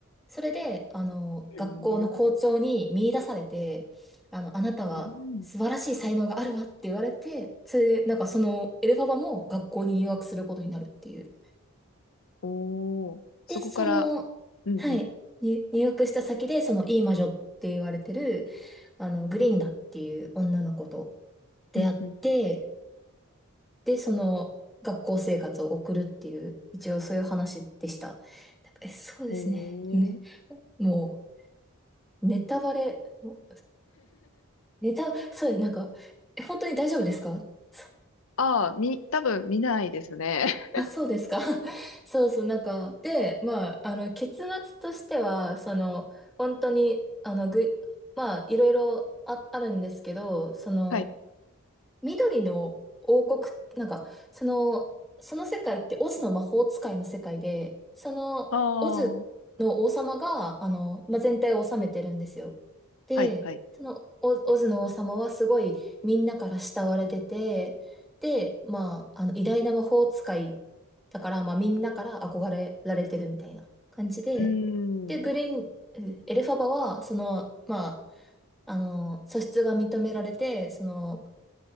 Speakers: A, in the centre; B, on the left.
A: それで、あの、
B: うん、
A: 学校の校長に見出されて、あの、あなたは素晴らしい才能があるわって言われて、
B: うん、
A: それで、なんかそのエルファバも学校に入学することになるっていう。
B: おー、そこから、
A: で、その、
B: うん、
A: はい、に入学した先で、そのいい魔女って言われてる、あの、グリンダっていう女の子と出会って、
B: うん、うん、うん、
A: で、その学校生活を送るっていう、一応そういう話でした。なんかえ、そうですね。
B: お
A: ね
B: ー、
A: もう、ネタバレ、おネタ、そうです。なんか、え、本当に大丈夫ですかそ
B: ああ、み、多分見ないですね。<laughs>
A: あ、そうですか <laughs> そうそう、なんか、で、まあ、あの、結末としては、その、本当に、あの、ぐ、まあ、いろいろあ、あるんですけど、その、
B: はい
A: 緑の王国、なんか、その、その世界ってオズの魔法使いの世界で、その、
B: ああ、
A: オズの王様が、
B: は
A: あの、まあ、全体を治めてるんですよ。で、
B: いはい。
A: その、オ、オズの王様はすごいみんなから慕われてて、で、まあ、あの、偉大な魔法使いだから、まあ、みんなから憧れられてるみたいな感じで、
B: うー
A: で、グリーン、
B: ん。
A: えエルファバは、その、まあ、あの、素質が認められて、その、